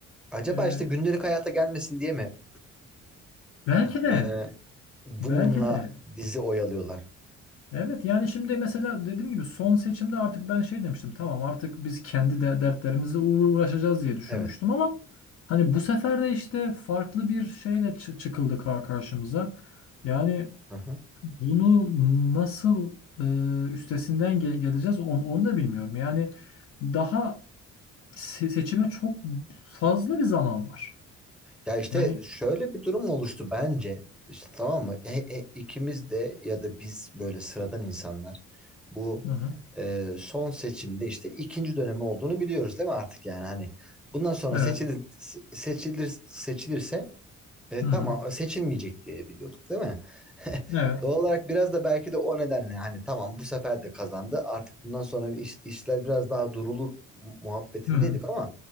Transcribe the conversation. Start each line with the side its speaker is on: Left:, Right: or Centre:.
Centre: acaba
Left: E,
Centre: işte gündelik hayata gelmesin diye mi?
Left: belki de
Centre: <laughs> Ee, bununla
Left: belki de
Centre: bizi oyalıyorlar.
Left: Evet yani şimdi mesela dediğim gibi son seçimde artık ben şey demiştim tamam artık biz kendi de dertlerimizle uğra- uğraşacağız diye düşünmüştüm
Centre: Evet.
Left: ama hani bu sefer de işte farklı bir şeyle çı- çıkıldı kar- karşımıza. Yani
Centre: Hı hı.
Left: bunu nasıl e, üstesinden ge- geleceğiz on- onu da bilmiyorum. Yani daha se- seçime çok fazla bir zaman var.
Centre: Ya işte
Left: Yani
Centre: şöyle bir durum oluştu bence. İşte tamam mı? E, e, ikimiz de ya da biz böyle sıradan insanlar bu
Left: hı hı,
Centre: e, son seçimde işte ikinci dönemi olduğunu biliyoruz değil mi artık yani hani bundan sonra
Left: evet
Centre: seçilir se- seçilir seçilirse e,
Left: hı hı,
Centre: tamam e, seçilmeyecek diye biliyorduk değil mi? <laughs>
Left: evet
Centre: Doğal olarak biraz da belki de o nedenle hani tamam bu sefer de kazandı. Artık bundan sonra iş- işler biraz daha durulur mu- muhabbetindeydik
Left: hı hı.
Centre: ama